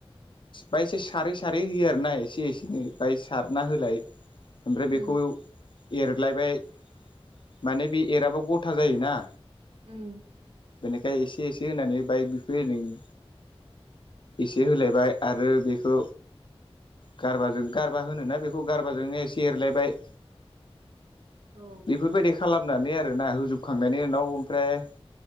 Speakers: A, on the left; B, on the right.
A: बाहायस सारै सारै होयो आरो ना एसे एसेनै बाहाय सारना होलाय ओमफ्राय बेखौ
B: उम
A: एरलायबाय माने बे एराबा गथा जायोना
B: उम
A: बेनिखाय एसे एसे होनानै बाइक बिखो इरिनो एसे होलायबाय आरो बेखौ गारबाजों गारबा होनोना बेखौ गारबाजोंनो एसे एरलायबाय
B: औ
A: बेफोरबायदि खालामनानै आरोना होजोबखांनायनि उनाव ओमफ्राय